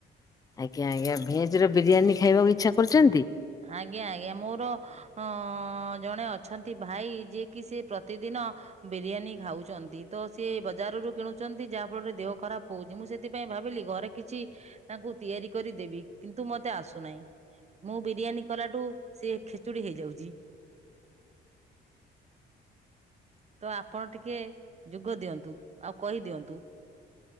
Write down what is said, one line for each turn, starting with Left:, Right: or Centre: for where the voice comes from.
Left: ଆଜ୍ଞା ଆଜ୍ଞା ଭେଜରେ ବିରିୟାନୀ ଖାଇବାକୁ ଇଚ୍ଛା କରୁଛନ୍ତି?
Right: ଆଜ୍ଞା ଆଜ୍ଞା ମୋର ଅ ଜଣେ ଅଛନ୍ତି ଭାଇ ଯିଏ କିି ସେ ପ୍ରତିଦିନ ଦିନ ବିରିୟାନୀ ଖାଉଛନ୍ତି ତ ସେ ବଜାରରୁ କିଣୁଛନ୍ତି ଯାହା ଫଳରେ ଦେହ ଖରାପ ହଉଛି ମୁଁ ସେଥି ଥିପାଇଁ ଭାବିଲି ଘରେ କିଛି ତାଙ୍କୁ ତିଆରି କରିଦବି କିନ୍ତୁ ମତେ ଆସୁନାହିଁ। ମୁଁ ବିରିୟାନୀ କଲାଠୁ ସିଏ ଖେଚୁଡ଼ି ହେଇଯାଉଛି। ତ ଆପଣ ଟିକେ ଯୋଗ ଦିଅନ୍ତୁ ଆଉ କହିଦିଅନ୍ତୁ।